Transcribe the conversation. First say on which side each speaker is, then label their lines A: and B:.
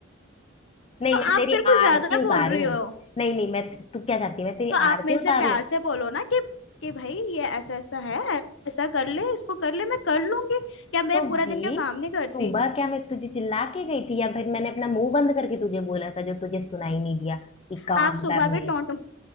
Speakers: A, on the left; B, on the left.
A: नहीं
B: तो
A: मैं
B: आप
A: तेरी
B: मेरे को
A: आरती
B: ज्यादा बोल
A: उतारूं
B: रही हो
A: नहीं नहीं मैं तू क्या चाहती है मैं तेरी
B: तो आप
A: आरती
B: मेरे
A: उतारूं
B: से प्यार से बोलो ना कि कि भाई ये ऐसा ऐसा है ऐसा कर ले इसको कर ले मैं कर लूंगी क्या मैं
A: तो
B: पूरा
A: भाई
B: दिन क्या काम नहीं करती
A: सुबह क्या मैं तुझे चिल्ला के गई थी या फिर मैंने अपना मुंह बंद करके तुझे बोला था जो तुझे सुनाई नहीं दिया कि काम
B: आप सुबह
A: करने
B: भी टोंट
A: हैं